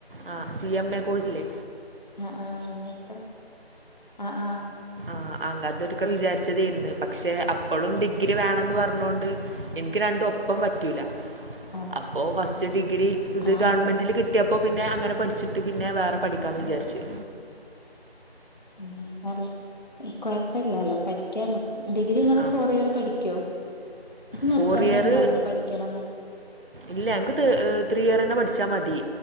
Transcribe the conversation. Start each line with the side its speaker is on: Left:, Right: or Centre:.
Right: ആ സി എം എ കോഴ്സല്ലേ
Left: ആഹ- ആഹ -എന്നിക്ക -ആഹ -ആഹ്
Right: ആ അതൊരിക്ക വിചാരിച്ചതേര്ന്ന് പക്ഷെ അപ്പോളും ഡിഗ്രി വേണന്ന് പറഞ്ഞൊണ്ട് എനിക്ക് രണ്ടും ഒപ്പം പറ്റൂല
Left: ആ
Right: അപ്പോ ഫസ്റ്റ് ഡിഗ്രി ഇത്
Left: ആ
Right: ഗവൺമെന്റിൽ
Left: ആ ആ
Right: കിട്ടിയ- അപ്പൊ പിന്നെ അങ്ങനെ പഠിച്ചിട്ട് പിന്നെ വേറെ പഠിക്കാന്ന് വിചാരിച്ചു
Left: ആ- നല്ല -കൊഴപ്പില്ലാലോ പഠിക്കാലോ ഡിഗ്രി ങ്ങള്
Right: ആ
Left: ഫോർ ഇയർ പഠിക്കോ ഇത് നിർബന്ധണ്ടോ
Right: ഫോർ ഇയർ
Left: അങ്ങനെ പഠിക്കണംന്ന്
Right: ഇല്ല എനിക്ക് ഈ ത്രീ ഇയർ തന്നെ പഠി ചമതി